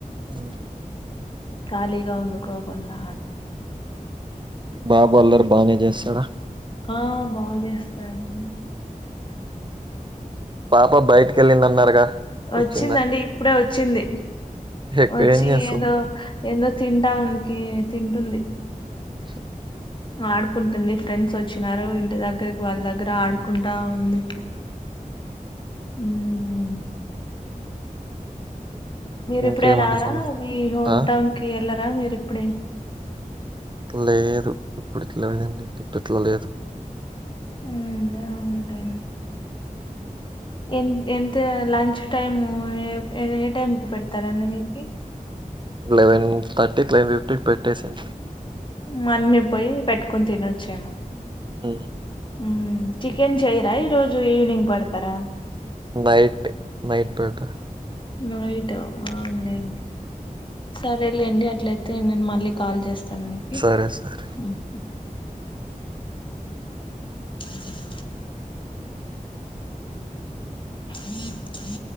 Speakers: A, on the right; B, on the left.
A: అ
B: ఖాళీగా ఉండకోకుండా
A: బాబు అల్లరి బాగానే చేస్తాడా
B: ఆ బాగా చేస్తారండి
A: పాప బయటికి వెళ్ళింది అన్నారుగా
B: వచ్చిందండి
A: వచ్చిందా
B: ఇప్పుడే వచ్చింది
A: ఎక్కువ
B: వచ్చి
A: ఏం చేస్తుంది?
B: ఏదో ఎదో తింటా ఊరికే తింటుంది
A: <unintelligible>
B: ఆడుకుంటుంది ఫ్రెండ్స్ వచ్చినారు ఇంటి దగ్గరకి వాళ్ళ దగ్గర ఆడుకుంటా ఉంది ఉమ్ మీరిప్పుడే
A: ఇంకేమండి
B: రారా
A: సమస్య?
B: మీ హోమ్
A: ఆ!
B: టౌన్ కి వెళ్లరా మీరిప్పుడే
A: లేదు ఇప్పటి కి ఇట్లనే ఉంది ఇప్పట్లో లేదు
B: హ్మ్ ఔను లే ఎ ఎంత లంచ్ టైం ఏ టైంకి పెడతారండి మీకు
A: లెవెన్ థర్టీకి లెవెన్ ఫిఫ్టీకి పెట్టేసేయ్
B: మనమేపోయి పెట్టుకొని తినచ్చేమో
A: మ్
B: హ్మ్ చికెన్ చేయరా ఈ రోజు ఈవినింగ్ పెడతారా
A: నైట్ నైట్ పెడతారు
B: నైట్ ఆ ఆన్ అయ్యింది సరేలేండి అట్లయితే నేను మళ్ళీ కాల్ చేస్తాను మీకి
A: సరే సరే
B: ఉమ్ అదిది త్రీ త్రీ